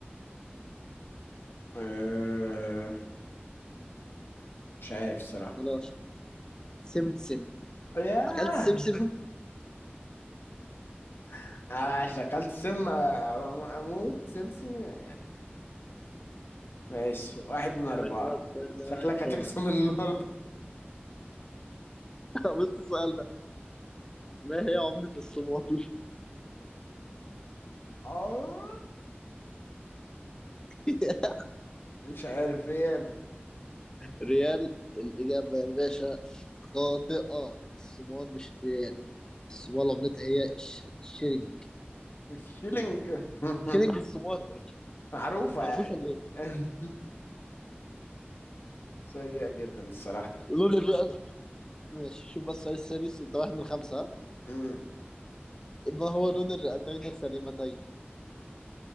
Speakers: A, on the left; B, on the left.
A: أه مش عارف الصراحة
B: خلاص سمسم
A: ياه
B: اكلت السمسم <laughs>
A: <laughs> عشان أكلت سم أموت سمسم ماشي واحد من أربعة
B: يا باشا بقى السؤال ده
A: شكلك
B: بقى الخامة
A: هتكسب النهاردة
B: <laughs> بص السؤال ده ما هي عملة الصومال؟
A: <laughs> آه،
B: <laughs>
A: مش عارف ريال
B: ريال الإجابة يا باشا خاطئة الصومال مش الريال الصومال عملتها هي الش- الشيلينج
A: الشيلينج <laughs>
B: شيلينج الصومال ما
A: معروفة
B: تعرفوش
A: يعني
B: ولا ايه؟
A: <laughs> سيئة جدا الصراحة
B: لون الرئة ماشي شوف بس السؤال السادس انت واحد من خمسة ها؟
A: مم.
B: ما هو لون الرئتين السليمتين؟